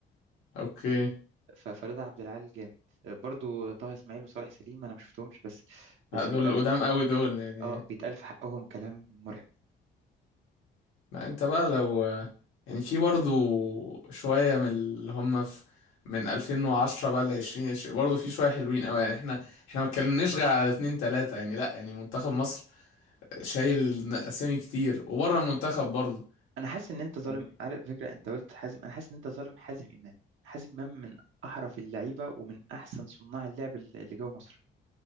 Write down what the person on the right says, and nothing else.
ف- فرضا عبد العال جامد برضو طه اسماعيل وصالح سليم انا ما شفتهمش بس
بس
بيتقال
اه بيتقال في حقهم كلام مرعب
انا حاسس ان انت ظالم
عارف فكره انت قلت حازم انا حاسس ان انت ظالم حازم امام حازم امام من احرف اللعيبه ومن احسن صناع اللعب اللي اللي جوه مصر